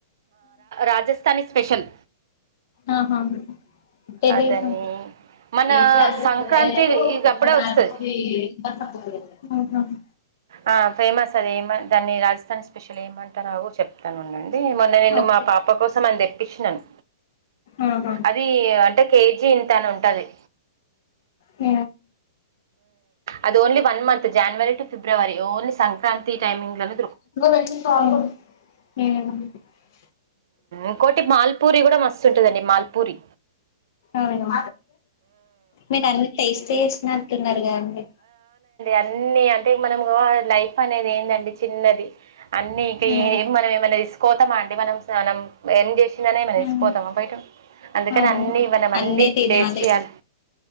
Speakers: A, on the right; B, on the left.
A: రాజస్థాని స్పెషల్
B: ఆహా థెలిధు
A: దాన్ని
B: <unintelligible>
A: మన
B: ఎయ్ <unintelligible>
A: సంక్రాంతి ఇక అప్పుడే వస్తుంది ఆ ఫేమస్ అద ఏమ దాన్ని రాజస్థాన్ స్పెషల్ ఏమంటారవు చెప్ ను ఉండండి మొన్న నేను
B: ఓకే
A: మా పాప కోసం అని తెప్పించినాను
B: ఆహా
A: అది అంటే కేజీ ఇంతని ఉంటది
B: ఆ
A: అది only one month January to February only Sankranti timing లను
B: <unintelligible> ఉమ్
A: ఇంకోటి మాల్పూరి కూడా మస్తు ఉంటుదండి మాల్పూరి
B: అవును మీకు అన్ని టేస్ట్ చేసిన అంటున్నారు కదండి
A: అన్ని అంటే మనము లైఫ్ అనేది ఏంటండి చిన్నది అన్ని
B: ఉమ్
A: మనం ఏమన్నా రిసు పోతామా అంటే మనం మనం ఎం చే మ ఇేసుకుపోతాం
B: ఉమ్
A: బయట అందుకని
B: అవును
A: అన్ని ఇవ్వనం అన్ని
B: అన్నీ తినాలి
A: టేస్ట్ చేయాలి